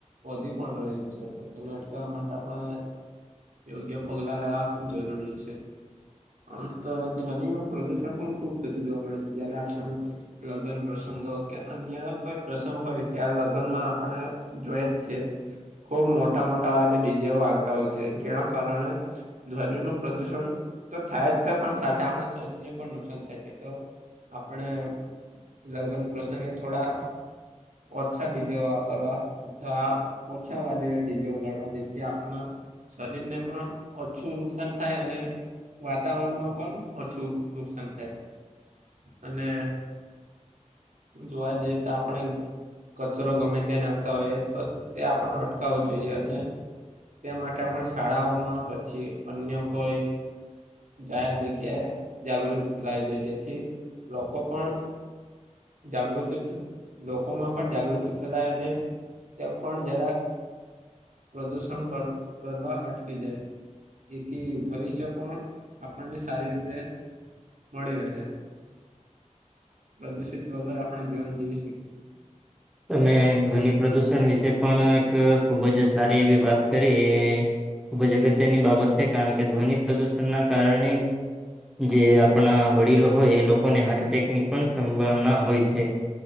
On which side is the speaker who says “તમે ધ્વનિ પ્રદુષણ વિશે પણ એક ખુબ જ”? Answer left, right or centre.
Centre